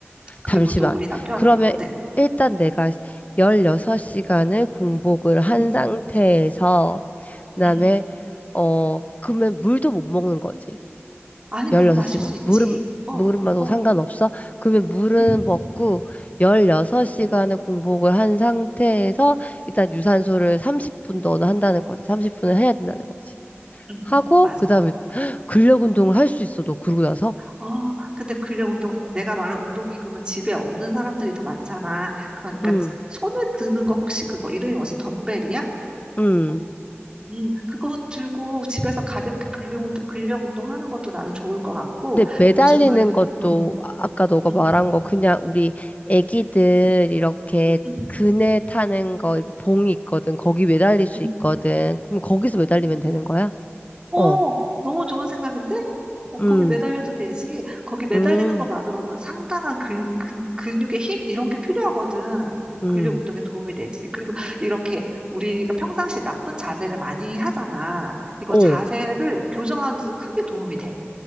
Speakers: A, on the right (about 20°); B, on the left (about 35°).
A: 그리고
B: 잠시만.
A: 또 우리 남편
B: 그러면
A: 네.
B: 일단 내가 16시간을 공복을 한
A: 음,
B: 상태에서, 그다음에,
A: 음.
B: 어, 그러면 물도 못 먹는 거지.
A: 아니, 물은
B: 16시간.
A: 마실 수 있지.
B: 물은,
A: 어,
B: 물은 마도
A: 어,
B: 상관없어? 그러면 물은
A: 음. 음.
B: 먹고 16시간을 공복을 한 상태에서 일단 유산소를 30분 너는 한다는 거지. 30분을 해야 된다는 거지.
A: 응,
B: 하고,
A: 응, 맞아,
B: 그다음에
A: 맞아.
B: <gasps> 근력 운동을 할 수 있어, 너 그러고 나서?
A: 어, 근데 근력 운동, 내가 말한 운동기구는 집에 없는 사람들이 더 많잖아. 그러니까
B: 응,
A: 지- 손에 드는 거 혹시 그거 이름이 뭐지? 덤벨이야?
B: 응.
A: 어, 음, 그거 들고 집에서 가볍게 근력 운동, 근력 운동 하는 것도 나는 좋을 것 같고,
B: 근데 매달리는
A: 요즘은,
B: 것도
A: 어,
B: 아- 아까 너가
A: 응,
B: 말한 거 그냥 우리 애기들 이렇게
A: 응,
B: 그네 타는 거 이렇게 봉이 있거든. 거기 매달릴 수
A: 응.
B: 있거든. 그럼 거기서 매달리면 되는 거야?
A: 어,
B: 어.
A: 너무 좋은 생각인데? 어, 거기
B: 음.
A: 매달려도 되지. 거기 매달리는
B: 음.
A: 것만으로도 상당한 근, 근, 근육의 힘? 이런 게 필요하거든.
B: 음.
A: 근력 운동에 도움이 되지. 그리고 이렇게 우리가 평상시에 나쁜 자세를 많이 하잖아. 이거
B: 어.
A: 자세를 교정하는 데도 크게 도움이 돼.